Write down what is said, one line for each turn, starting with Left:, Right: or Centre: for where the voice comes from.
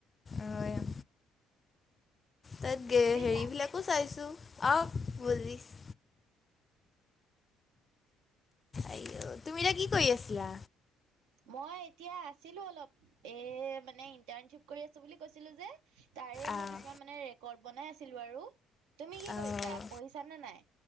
Left: অ', তাত কে
Right: বুজিছা
Left: হেৰিবলা কো চাইছোঁ, অঁ', <unintelligible> আইও তুমি এতিয়া কি কৰি আছিলা?
Right: মই এতিয়া আছিলো অলপ, এ মানে, ইণ্টাৰ্ণশ্বিপ কৰি আছো বুলি কৈছিলো যে। তাৰেই
Left: আহ
Right: মই কিছুমান মানে ৰেকৰ্ড বনাই আছিলো আৰু, তুমি কি
Left: আহ
Right: কৰিছা পঢ়িছা নে নাই?